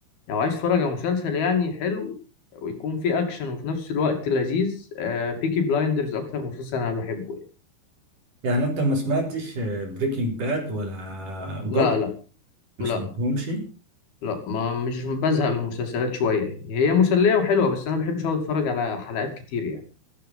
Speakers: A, on the left; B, on the right.
A: لو عايز تتفرج على مسلسل يعني حلو ويكون فيه اكشن وفي نفس الوقت لذيذ بيكي بلايندرز اكتر مسلسل انا بحبه يعني.
B: يعني انت ما سمعتش بريكنج باد ولا جود
A: لا لا
B: ما
A: لا
B: سمعتهمش
A: لا ما مش بزهق من المسلسلات شوية يعني هي مسلية وحلوة بس انا بحبش اقعد اتفرج على حلقات كتير يعني